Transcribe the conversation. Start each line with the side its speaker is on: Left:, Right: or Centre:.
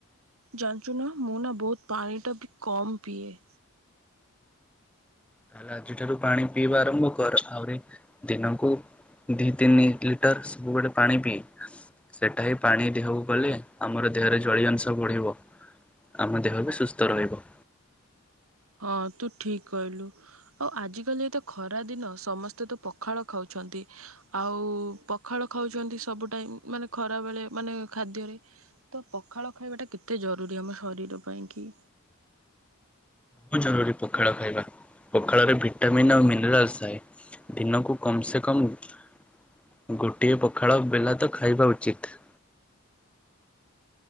Right: ଜାଣିଛୁ ନା ମୁଁ ନା ବହୁତ ପାଣିଟା ବି କମ୍ ପିଏ।
Centre: ତାହେଲେ ଆଜିଠାରୁ ପାଣି ପିଇବା ଆରମ୍ଭ କର। ଆହୁରି ଦିନକୁ- ଦୁଇ ତିନି ଲିଟର ସବୁବେଳେ ପାଣି ପିଏ। ସେଟା ହିଁ ପାଣି ଦେହକୁ ଗଲେ ଆମର ଦେହରେ ଜଳୀୟ ଅଂଶ ବଢିବ। ଆମ ଦେହ ବି ସୁସ୍ଥ ରହିବ।
Right: ହଁ ତୁ ଠିକ କହିଲୁ। ଆଉ ଆଜିକାଲି ଏତ ଖରା ଦିନ ସମସ୍ତେ ତ ପଖାଳ ଖାଉଛନ୍ତି। ଆଉ ପଖାଳ ଖାଉଛନ୍ତି ସବୁ ଟାଇମ ମାନେ ଖରାବେଳେ ମାନେ ଖାଦ୍ୟରେ। ତ ପଖାଳ ଖାଇବାଟା କେତେ ଜରୁରୀ ଆମ ଶରୀର ପାଇଁ କି?
Centre: ବହୁତ ଜରୁରୀ ପଖାଳ ଖାଇବା ପଖାଳରେ ଭିଟାମିନ୍ ଆଉ ମିନେରାଲ ଥାଏ। ଦିନକୁ କମ ସେ କମ ଗୋଟିଏ ପଖାଳ ବେଲା ତ ଖାଇବା ଉଚିତ।